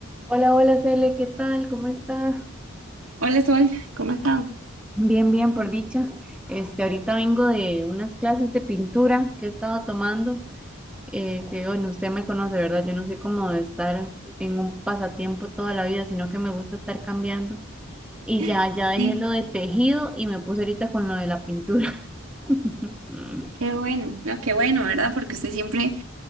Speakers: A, in the centre; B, on the right (about 75°).
A: Hola, hola, Cele, ¿qué tal? ¿Cómo está?
B: Hola Sol, ¿cómo has estado?
A: Bien, bien, por dicha. Este, ahorita vengo de unas clases de pintura que he estado tomando, eh, que bueno, usted me conoce, ¿verdad? Yo no soy como de estar en un pasatiempo toda la vida, sino que me gusta estar cambiando. Y
B: <laughs>
A: ya, ya dejé
B: Sí,
A: lo de tejido y me puse ahorita con lo de la pintura. <laughs>
B: qué bueno, no, qué bueno, ¿verdad? Porque usted siempre